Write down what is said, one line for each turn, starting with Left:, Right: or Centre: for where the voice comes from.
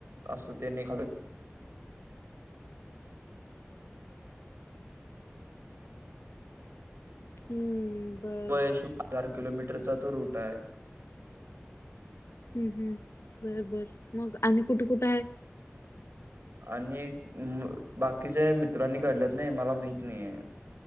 Right: अस त्यांनी
Left: हम्म बर
Right: वय
Left: बर
Right: शु <unintelligible> किलोमीटर चतुर उटाय
Left: हम्म-हम्म बर-बर, मग आणि कुठे-कुठे हाय?
Right: आणि म बाकीच्या मित्रांनी काढल्यात नाही मला माहित नई ये.